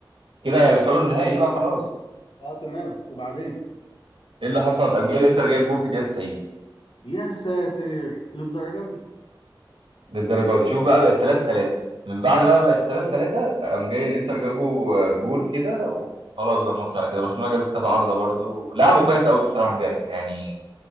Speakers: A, on the right; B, on the left.
A: كده هيوصلوا النهائي بقى خلاص
B: اه تمام وبعدين
A: ايه اللي حصل قام جاي الانتر جايب جون في الدقيقة 90
B: يا ساتر للدرجه دي
A: للدرجة دي شوف بقى بقت 3 3 من بعد بقى بقت 3 3 قام جاي الانتر جابوا آه، جون كده خلاص بقى الماتش على كده برشلونه جابت كذا عارضه برضو لعبوا كويس قوي بصراحه امبارح يعني